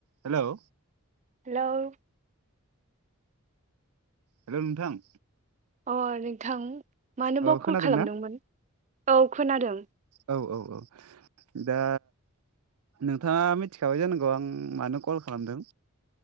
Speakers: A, on the right; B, on the right.
A: Hello
B: hello.
A: Hello नोंथां
B: अ नोंथां मानोबाव
A: औ खोनादोंना
B: कल खालामदोंमोन औ खोनादों।
A: औ औ औ दा नोंथाङा मिथिखाबाय जानांगौ आं मानो कल खालामदों?